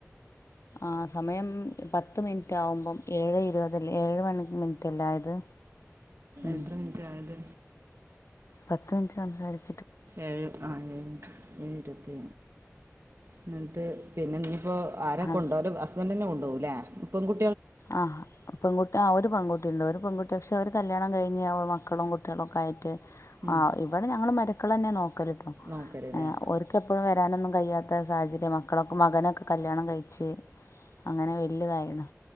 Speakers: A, on the left; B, on the right.
A: ആ സമയം പത്ത് മിനിറ്റ് ആവുമ്പം ഏഴ് ഇരുപത് ല്ലെ ഏഴ് മിനിറ്റല്ലായത് ഉം
B: എത്ര മിനിറ്റ് ആയത്
A: പത്ത് മിനിറ്റ് സംസാരിക്ക
B: ഏഴ് ആഹ് ഏഴ ഇരുപത്തി എന്നിട്ട് പിന്നെ നീയിപ്പോ ആര
A: ഹസ്
B: കൊണ്ടോകല് ഹസ്ബൻഡന്നെ കൊണ്ടോവും ല്ലേ പെങ്കു
A: ആഹ് പെൺകുട്ടി ആ ഒരു പെൺകുട്ടിണ്ട് ഒരു പെൺകുട്ടി പക്ഷെ അവര് കല്യാണം കഴിഞ് മക്കളും കുട്ടികളൊക്കെ ആയിട്ട്
B: ഉം
A: ആ ഇവിടെ ഞങ്ങള് മരു മക്കളെന്നെ നോക്കൽട്ടോ
B: നോക്കലല്ലേ
A: ഓർക്കെപ്പോഴും വരാനൊന്നും കയാത്ത അ സാഹചര്യം മക്കളൊക്കെ മകനൊക്കെ കല്യാണം കഴിച്ച് അങ്ങനെ വലിയതായിണ്